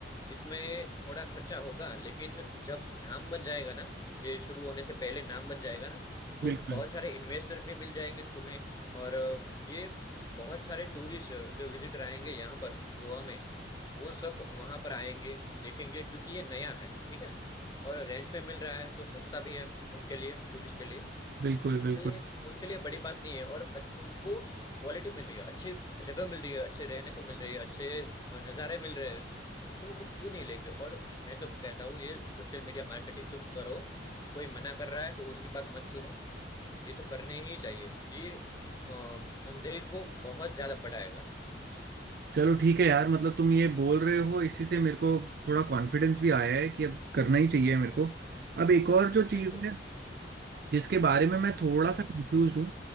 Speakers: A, on the left; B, on the right.
A: इसमें थोड़ा खर्चा होगा लेकिन जब नाम बन जाएगा ना ये शुरू होने से पहले नाम बन जाएगा ना तो
B: बिल्कुल
A: बहुत सारे इन्वेस्टर भी मिल जाएंगे तुम्हें और अ, ये बहुत सारे टूरिस्ट जो विजिटर आएंगे यहाँ पर गोवा में वो सब वहां पर आएंगे देखेंगे क्योंकि ये नया है ठीक है और रेंट पे मिल रहा है तो सस्ता भी है उनके लिए टूरिस्ट के लिए
B: बिल्कुल बिल्कुल
A: तो ये उनके लिए बड़ी बात नहीं है और अच- उनको क्वालिटी मिल रही है अच्छी जगह मिल रही है अच्छे रहने को मिल रही है अच्छे अ, नज़ारे मिल रहे हैं तो वो क्यों नहीं लेंगे और मैं तो कहता हूँ ये सोशल मीडिया मार्केटिंग तुम करो कोई मना कर रहा है तो उसकी बात मत सुनो ये तो करने ही चाहिए ये अ, धंधे को बहुत ज्यादा बढ़ाएगा
B: चलो ठीक है यार मतलब तुम ये बोल रहे हो इसी से मेरे को थोड़ा कॉन्फिडेंस भी आया है कि अब करना ही चाहिए मेरे को अब एक और जो चीज़
A: बिल्कुल
B: है जिसके बारे में मैं थोड़ा
A: हाँ
B: सा कंफ्यूज हूँ